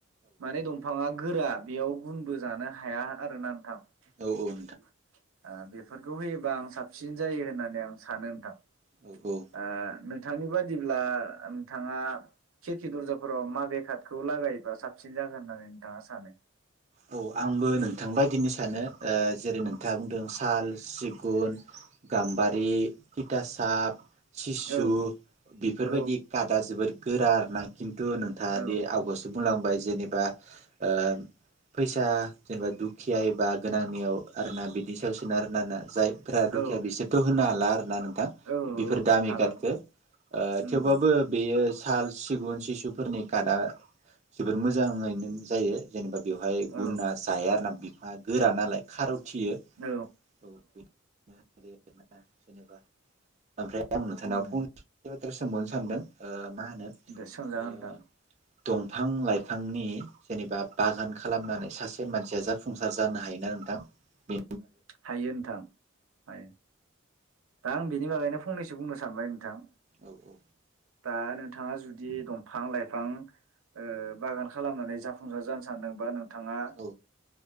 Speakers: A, on the right (about 85°); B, on the right (about 35°).
A: माने दंफाङा गोरा बेयाव गुनबो जानो हाया आरोना नोंथां।
B: औ औ
A: <inaudible> ओ बेफोरखौ होयोबा आं साबसिन जायो होननानै आं सानो नोंथां।
B: औ औ
A: ओ नो नोंथांनि बादिब्ला नोंथाङा खिरखि दर्जाफोराव मा शबे खातखौ लागायोब्लाा साबसिन जागोन होननानै नोंथाङा सानो??
B: औ आंबो नोंथां बायदिनो सानो ओ जेरै नोंथाङा बुंदों साल सिगुन गाम्बारि हिथासाब सिसु
A: औ
B: बेफोरबायदि
A: औ
B: कादा जोबोद गोरा आरोना खि थु नोंथाङादि
A: औ
B: आवगसो बुंलांबाय। जेनेबा ओ। फैसा जेनेबा दुखिया एबा गोनांनियाव आरोना बिदि सायावसोनो आरोना ना जाय। फ्रा
A: औ
B: दुखिया बिसोरथ' होनो हाला। हाला थां
A: औ
B: बेफोर दामि
A: हालाथ'
B: काटखौ ओ
A: उम
B: थेवबाबो बेयो साल सिगुन सिसुफोरनि काटआ जोबोर मोजाङैनो जायो जेनेबा। बेवहाय
A: औ
B: गुना जाया आरो ना गोरा नालाय खार थियो
A: औ
B: औ बिदिनो आरो ना जेनेबा ओमफ्राय आं नोंथांनाव
A: उम
B: फुंनैसो बाथ्रा सोंबावनो सानदों ओ मा होनो
A: दे सोंजागोन
B: ओ
A: नोंथां
B: दंफां लाइफांनि जेनेबा बागान। खालामनानै सासे मानसिया जाफुंसार जानो हायो ना नोंथां बे
A: हायो नोंथां हायो दा आं बेनि बागैनो फंनैसो बुंनो सानबाय नोंथां
B: औ औ।
A: दा नोंथाङा जुदि दंफां लाइफां ओ बागान खालामनानै जाफुंसार जानो सानदोंबा नों थाङा
B: औ